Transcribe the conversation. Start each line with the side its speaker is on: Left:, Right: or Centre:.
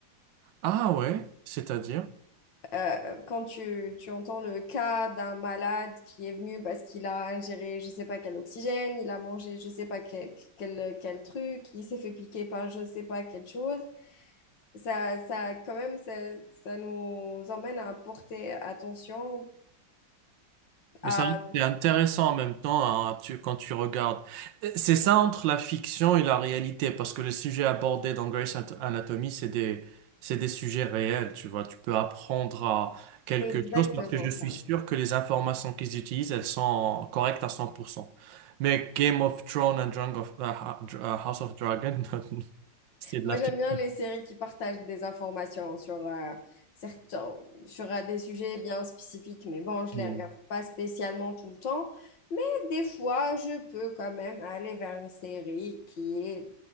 Right: Ah ouais, c'est-à-dire?
Left: Euh, quand tu, tu entends le cas d'un malade qui est venu parce qu'il a ingéré je sais pas quel oxygène, il a mangé je sais pas quel, quel, quel truc, il s'est fait piquer par je sais pas quelle chose, ça, ça quand même, ça, ça nous emmène à porter attention à...
Right: Mais ça, c'est intéressant en même temps hein, tu- quand tu regardes. Euh, C'est ça entre la fiction et la réalité, parce que les sujets abordés dans Grey's Ant- Anatomy, c'est des, c'est des sujets réels, tu vois. Tu peux apprendre à quelque
Left: C'est exactement
Right: chose parce que je suis
Left: ça.
Right: sûr que les informations qu'ils utilisent, elles sont correctes à 100%. Mais Game of Thrones and Drang of- euh, euh, House of Dragon, <laughs> c'est de
Left: Moi,
Right: la fiction.
Left: j'aime bien les séries qui partagent des informations sur, euh, certains, sur euh, des sujets bien spécifiques, mais bon, je
Right: Mm.
Left: les regarde pas spécialement tout le temps. Mais des fois, je peux quand même aller vers une série qui est